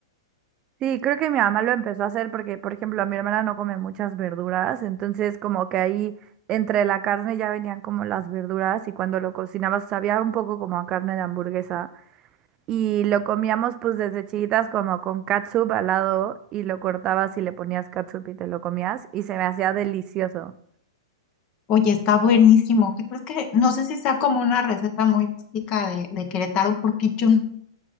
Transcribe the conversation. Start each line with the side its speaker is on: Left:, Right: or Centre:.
Right: Sí, creo que mi mamá lo empezó a hacer porque, por ejemplo, a mi hermana no come muchas verduras, entonces como que ahí entre la carne ya venían como las verduras y cuando lo cocinabas sabía un poco como a carne de hamburguesa. Y lo comíamos pues desde chiquitas como con catsup al lado y lo cortabas y le ponías catsup y te lo comías y se me hacía delicioso.
Left: Oye, está buenísimo. ¿Qué crees que? No sé si sea como una receta muy típica de, de Querétaro porque yo nunca